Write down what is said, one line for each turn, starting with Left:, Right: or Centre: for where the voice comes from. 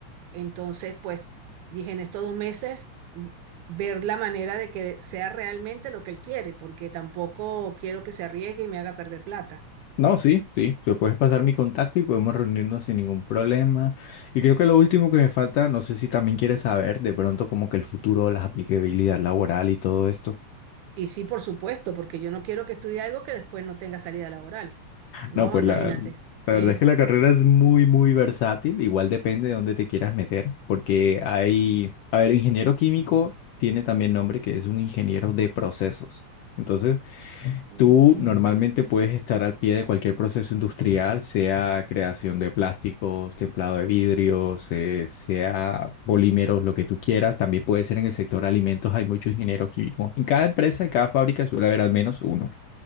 Right: Entonces, pues dije en estos dos meses mm, ver la manera de que sea realmente lo que él quiere, porque tampoco quiero que se arriesgue y me haga perder plata.
Left: No, sí, sí, te puedes pasar mi contacto y podemos reunirnos sin ningún problema. Y creo que lo último que me falta, no sé si también quieres saber de pronto como que el futuro, las aplicabilidad laboral y todo esto.
Right: Y sí, por supuesto, porque yo no quiero que estudie algo que después no tenga salida laboral. No,
Left: No, pues
Right: imagínate.
Left: la,
Right: Sí.
Left: la verdad es que la carrera es muy, muy versátil. Igual depende de dónde te quieras meter, porque hay, a ver, ingeniero químico tiene también nombre que es un ingeniero de procesos. Entonces,
Right: Ok.
Left: tú normalmente puedes estar al pie de cualquier proceso industrial, sea creación de plásticos, templado de vidrios, eh, sea polímeros, lo que tú quieras. También puede ser en el sector alimentos, hay muchos ingenieros químicos. En cada empresa, en cada fábrica suele haber al menos uno.